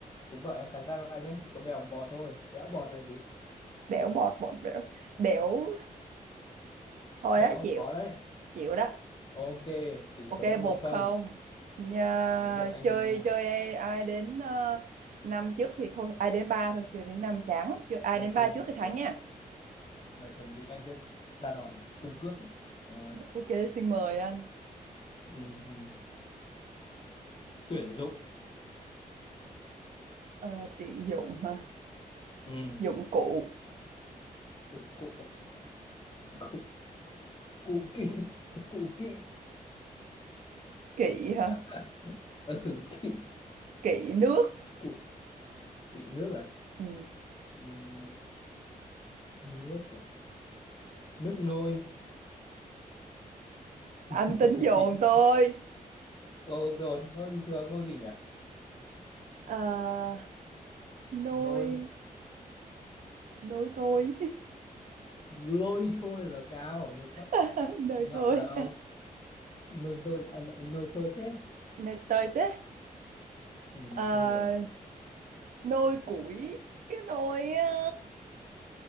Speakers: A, on the left (about 30°); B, on the right (about 55°).
A: đừng bảo em sáng tác ra nhé chỉ có bèo bọt thôi béo bọt là gì
B: bẽo bọt bọt bẽo bẽo thôi
A: béo
B: á chịu
A: khó đấy
B: chịu đó
A: ok tỷ
B: Ok
A: số là một
B: một
A: không
B: không Nhà,
A: đến lượt anh
B: chơi
A: ờ,
B: chơi ai, đến ờ, năm trước thì thôi ai đến ba thôi chơi đến năm chán lắm chơi ai
A: Ok,
B: đến ba trước thì thắng
A: chuẩn
B: nha
A: là chuẩn bị anh sẽ ra đòn này, tung cước này. À,
B: ok xin mời anh
A: ừm, tuyển dụng,
B: Ờ, tiện dụng hả
A: um,
B: dụng cụ
A: cụ cụ cụ cụ kỵ <laughs> cụ kỵ
B: kỵ hả
A: <laughs> ừ, kỵ
B: kỵ nước
A: cụ kỵ nước à
B: ừ.
A: Ừm, nước à nước nôi
B: anh
A: <laughs> nôi
B: tính dồn
A: gì
B: tôi
A: ô dồn nôi bình thường nôi gì nhỉ
B: Ờ, nôi
A: nôi
B: nôi thôi
A: lôi thôi là cao nôi thấp
B: <laughs> nôi
A: ngọng
B: thôi
A: đầu nôi tôi à, nôi thôi thế
B: nôi tôi thế
A: Ừm,
B: Ờ,
A: không được
B: nôi củi cái nôi á,